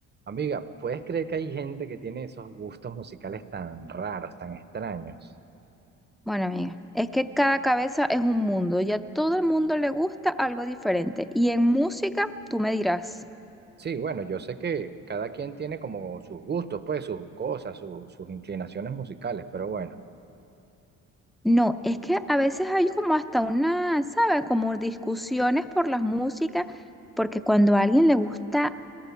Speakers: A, on the right; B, in the centre.
A: Amiga, ¿puedes creer que hay gente que tiene esos gustos musicales tan raros, tan extraños?
B: Bueno, amiga, es que cada cabeza es un mundo y a todo el mundo le gusta algo diferente. Y en música, tú me dirás,
A: Sí, bueno, yo sé que cada quien tiene como sus gustos, pues sus cosas, su- sus inclinaciones musicales, pero bueno.
B: no, es que a veces hay como hasta una, ¿sabes? Como discusiones por las músicas, porque cuando a alguien le gusta